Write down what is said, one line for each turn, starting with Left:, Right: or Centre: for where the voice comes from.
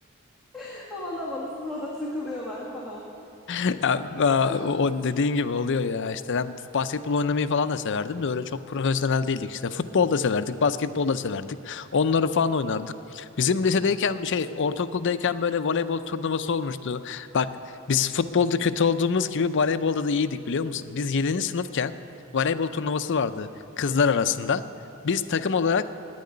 Centre: <laughs> Havalı havalı sahada takılıyorlar falan.
Left: <laughs> ya, a-
Centre: <laughs>
Left: o o dediğin gibi oluyor ya işte ben basketbol oynamayı falan da severdim de öyle çok profesyonel değildik işte futbol da severdik basketbol da severdik onları falan oynardık bizim lisedeyken şey ortaokuldayken böyle voleybol turnuvası olmuştu bak biz futbolda kötü olduğumuz gibi voleybolda da iyiydik biliyor musun biz yedinci sınıfken voleybol turnuvası vardı kızlar arasında biz takım olarak